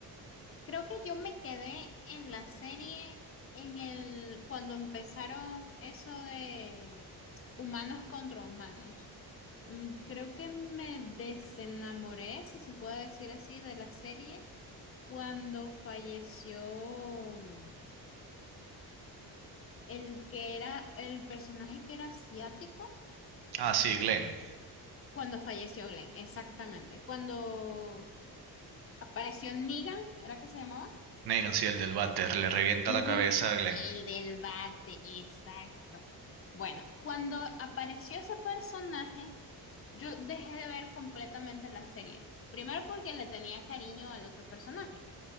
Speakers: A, on the left; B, on the right.
A: Creo que yo me quedé en la serie en el cuando empezaron eso de humanos contra humanos. Mm, Creo que me desenamoré, si se puede decir así, de la serie cuando falleció mm, el que era el personaje que era asiático,
B: Ah, sí, Glenn.
A: cuando falleció Glenn, exactamente. Cuando apareció Negan, ¿era que se llamaba?
B: Negan, sí, el del váter, le revienta
A: Ujú,
B: la cabeza a Glenn.
A: El del bate, exacto. Bueno, cuando apareció ese personaje, yo dejé de ver completamente la serie. Primero porque le tenía cariño al otro personaje.